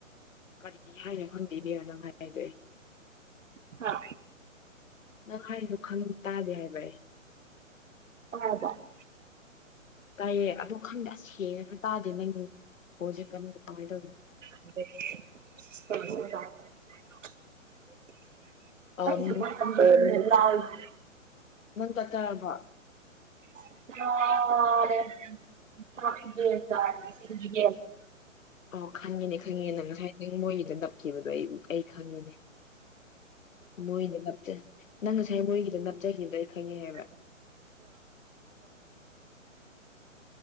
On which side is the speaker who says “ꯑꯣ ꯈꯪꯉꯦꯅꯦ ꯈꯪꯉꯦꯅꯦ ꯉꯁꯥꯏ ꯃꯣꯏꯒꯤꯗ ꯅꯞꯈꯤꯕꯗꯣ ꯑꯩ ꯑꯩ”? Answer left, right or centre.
Left